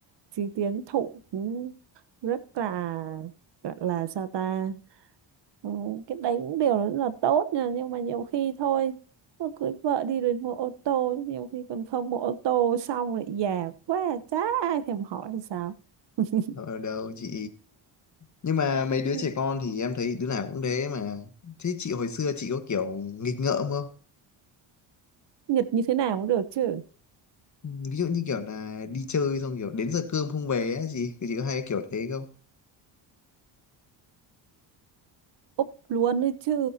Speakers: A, on the right; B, on the left.
A: chí tiến thủ cũng rất là gọi là sao ta Ừ, cái đấy cũng đều rất là tốt nha nhưng mà nhiều khi thôi mà cưới vợ đi rồi mua ô tô nhiều khi còn không mua ô tô xong lại già quá chả ai thèm hỏi hay sao <laughs>
B: ở đâu chị nhưng mà mấy đứa
A: Ừ,
B: trẻ con thì em thấy đứa nào cũng thế mà thế chị hồi xưa chị có kiểu nghịch ngợm không
A: nghịch như thế nào cũng được chứ
B: ví dụ như kiểu là đi chơi xong kiểu đến giờ cơm không về á chị thì chị có hay kiểu thế không
A: úp luôn đấy chứ